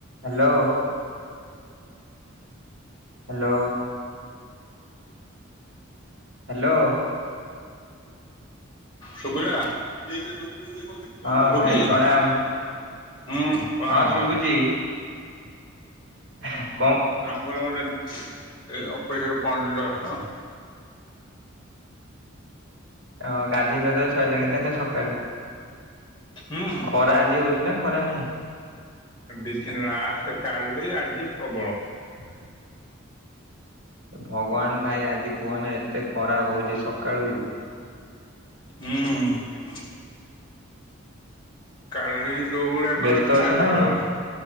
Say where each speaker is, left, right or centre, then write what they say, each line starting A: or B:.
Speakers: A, on the right; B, on the left.
A: ହାଲୋ। ହାଲୋ। ହାଲୋ।
B: ଶୁଭିଲା? <unintelligible>
A: ହଁ ଭାଇ ପ୍ରଣାମ। ହଁ ଶୁଭୁଛି ହ
B: ଆମ କହିଲ ଗୋଟେ, ଏଇ ଅଫିସିରେ ପହଞ୍ଚିଲି ଜଷ୍ଟ।
A: ହ ଗାଧେଇ ପାଦୂଆ ସ ଇଲାଣି ତାେ ସକାଳୁ,
B: ହୁଁ
A: ଖରା ଆଜି ହଉଛି ନା ଖରା ନାଇଁ?
B: ଦି ଦିନ ଲାଷ୍ଟ କାଲି ଆଜି ପ୍ରବଳ।
A: ହ ଭଗବାନ ଭାଇ ଆଜି କୁହନା ଏତେ ଖରା ହଉଛି ସକାଳୁ।
B: ହୁଁ, କାଲି ଯୋଉଭଳିଆ
A: ବ୍ୟସ୍ତ
B: ଖରା ଥିଲା
A: ଅଛ
B: ଆଜି
A: ନା କଣ?
B: ସେଇ ଭାଲିଆ।